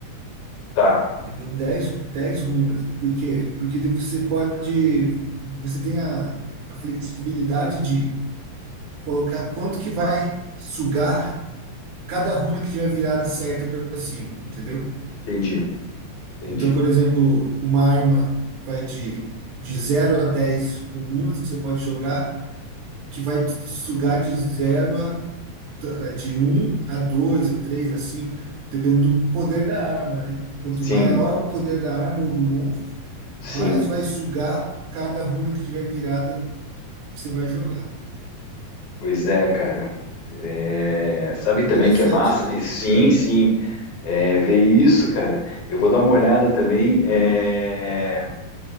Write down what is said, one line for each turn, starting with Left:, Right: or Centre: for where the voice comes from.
Left: tá,
Right: entendeu? Dez, dez runas. Por quê? Porque daí você pode, você tem a, a flexibilidade de colocar quanto que vai sugar cada runa que tiver virada certa para cima, entendeu?
Left: entendi, entendi.
Right: Então, por exemplo, uma arma vai de, de zero a dez runas que você pode jogar, que vai sugar de zero a t- eh, de um a 2 a 3 a 5 dependendo do poder da arma, né? Quanto
Left: Sim,
Right: maior o poder da arma ou do monstro,
Left: sim,
Right: mais vai sugar cada runa que tiver virada que você vai jogar.
Left: pois é, cara. É, sabe
Right: Interessante,
Left: também que é massa?
Right: né?
Left: É, Sim, sim, é, ver isso, cara. Eu vou dar uma olhada também, é,